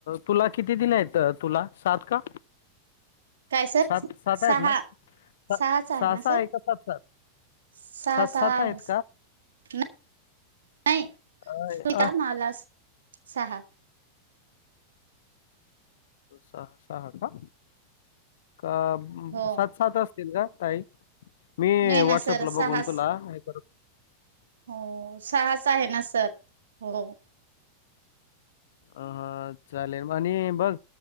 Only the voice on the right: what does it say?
काय सर
सहा
सहाचा आहे
ना
सर
सहा
सहा
आहे
नाही
सुताला
सहा
हो
नाही
ना सर सहा
हो सहा च आहे ना सर हो